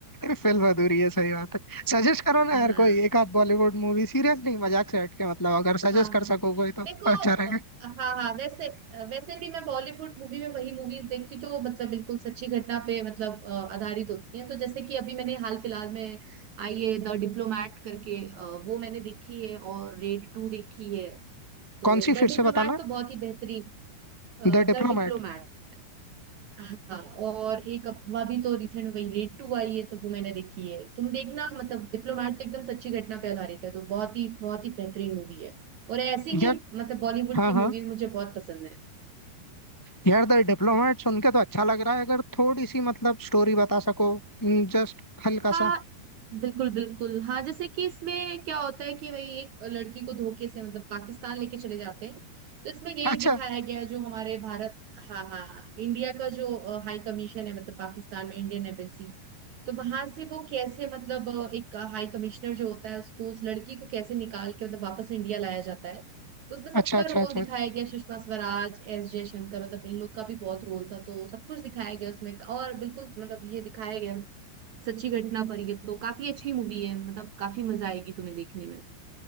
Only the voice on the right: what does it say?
हाँ
हाँ
हाँ
देखो
अ, हाँ हाँ वैसे अ, वैसे भी मैं बॉलीवुड मूवी में वही मूवीज देखती हूँ जो मतलब बिल्कुल सच्ची घटना पे मतलब अ, आधारित होती हैं तो जैसे कि अभी मैंने हाल फिलहाल में आई है द डिप्लोमैट करके अ, वो मैंने देखी है और रेड टू देखी है तो
द
डिप्लोमैट
तो बहुत ही बेहतरीन
The diplomat हाँ और एक अफवाह भी तो रिसेंट में वही रेड टू आई है तो वो मैंने देखी है तुम देखना मतलब डिप्लोमेट तो एकदम सच्ची घटना पे आधारित है तो बहुत ही बहुत ही बेहतरीन मूवी है और ऐसी
ही मतलब बॉलीवुड
की
मूवीज मुझे बहुत पसंद है
हाँ
बिल्कुल बिल्कुल हाँ जैसे कि इसमें क्या होता है कि वही एक लड़की को धोखे से मतलब पाकिस्तान लेके चले जाते हैं तो इसमें यही
दिखाया गया है जो हमारे भारत हाँ हाँ हाँ, इंडिया का जो अ, हाई कमीशन है मतलब पाकिस्तान में इंडियन एम्बेसी तो वहां से वो कैसे मतलब अ, एक हाई कमिश्नर जो होता है उसको उस लड़की को कैसे निकाल के मतलब वापस इंडिया लाया जाता है तो उसमें
सबका
रोल
दिखाया गया सुषमा स्वराज एस जयशंकर मतलब इन लोग का भी बहुत रोल था तो सब कुछ दिखाया गया उसमें और बिल्कुल मतलब ये दिखाया गया सच्ची घटना पर ये तो काफी अच्छी मूवी है मतलब काफी मजा आएगी तुम्हें देखने में